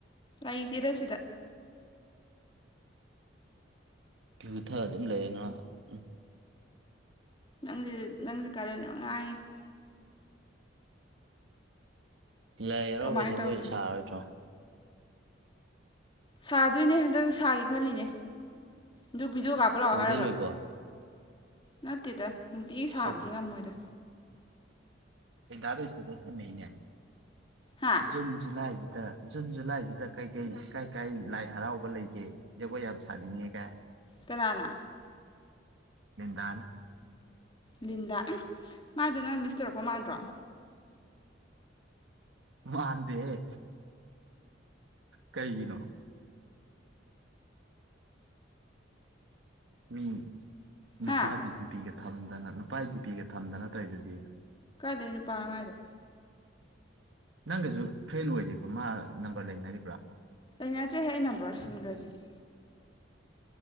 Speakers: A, on the left; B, on the right.
A: ꯂꯩꯇꯦꯗ ꯁꯤꯗ
B: ꯌꯨꯊꯛ ꯑꯥ ꯑꯗꯨꯝ ꯂꯩꯅ ꯎꯝ
A: ꯅꯪꯁ ꯅꯪꯁꯦ ꯀꯔꯟ ꯌꯥꯝ ꯉꯥꯡꯉꯤ
B: ꯂꯥꯏ ꯍꯔꯥꯎꯕꯩ
A: ꯀꯃꯥꯏ
B: ꯖꯒꯣꯏꯁꯨ
A: ꯇꯧꯅꯤ
B: ꯁꯥꯔꯣꯏꯗ꯭ꯔꯣ
A: ꯁꯥꯗꯣꯏꯅꯦ ꯍꯟꯗꯛ ꯁꯥꯒꯦ ꯈꯜꯂꯤꯅꯦ ꯑꯗꯨ ꯚꯗꯤꯑꯣ ꯀꯥꯞꯄ ꯂꯥꯛꯑꯣ
B: ꯍꯧꯗꯩ
A: ꯍꯥꯏꯔꯒ
B: ꯂꯣꯏꯕꯧ
A: ꯅꯠꯇꯦꯗ ꯅꯨꯡꯇꯤ ꯁꯥꯕꯗꯤ
B: ꯍꯧ
A: ꯉꯝꯃꯣꯏꯗ
B: ꯅꯣꯏꯗꯥꯗꯣ ꯏꯁꯇꯦ ꯇꯁ ꯊꯃꯛꯏꯅꯦ
A: ꯍꯥ
B: ꯎ ꯖꯨꯟ ꯖꯨꯂꯥꯏ ꯗꯤ ꯇ ꯖꯨꯟ ꯖꯨꯂꯥꯏꯁꯤꯗ ꯀꯩ ꯀꯩ ꯀꯥꯏ ꯀꯥꯏ ꯂꯥꯏ ꯍꯔꯥꯎꯕ ꯂꯩꯒꯦ ꯖꯒꯣꯏ ꯌꯥꯝ ꯁꯥꯅꯤꯡꯉꯦꯒ
A: ꯀꯅꯥꯅꯥ
B: ꯦꯟꯗꯥꯅ
A: ꯂꯤꯟꯗ ꯑꯝ ꯃꯥꯗꯨ ꯅꯪ ꯃꯤꯁ ꯇꯧꯔꯛꯄ ꯃꯥꯟꯗꯔꯣ
B: ꯃꯥꯟꯗꯦꯍꯦ ꯀꯩꯒꯤꯅꯣ ꯃꯤ ꯅꯨꯄꯥꯒꯤ
A: ꯍꯥ
B: ꯗꯤꯄꯤꯒ ꯊꯝꯒ ꯆꯣ <unintelligible> ꯏ ꯄꯥꯏꯗꯤ ꯗꯤꯄꯤꯒ ꯊꯝꯗꯅ ꯇꯩ ꯗꯨꯗꯤ
A: ꯗꯩ ꯄꯥꯅꯣ ꯃꯥꯏꯗꯣ
B: ꯅꯪꯒꯁꯨ ꯐ꯭ꯔꯦꯟ ꯑꯣꯏꯔꯤꯕ ꯃꯥ ꯅꯝꯕꯔ ꯂꯩꯅꯔꯤꯕ꯭ꯔꯥ
A: ꯂꯩꯅꯗ꯭ꯔꯦꯍꯦ ꯑꯩ ꯅꯝꯕꯔ ꯁꯤꯟꯈ꯭ꯔꯖꯤꯗꯤ